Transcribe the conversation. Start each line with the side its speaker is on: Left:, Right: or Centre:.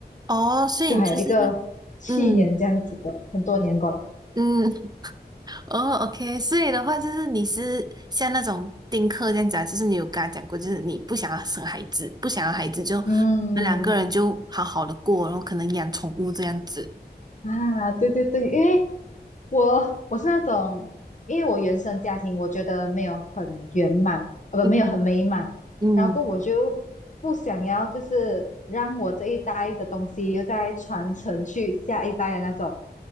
Right: 哦，所以你就是
Left: 就还有一个七年这样子的，
Right: 嗯
Left: 很多年过来。
Right: 嗯 <laughs> 哦，OK，所以的话就是你是像那种丁克这样子啊，就是你有跟他讲过，就是你不想要生孩子，不想要孩子就你们两个人就好好的过，
Left: 嗯
Right: 然后可能养宠物这样子。
Left: 啊，对对对，因为我我是那种，因为我原生家庭我觉得没有很圆满，呃不没有很美满，
Right: 嗯嗯
Left: 然后我就不想要就是让我这一代的东西又再传承去下一代的那种，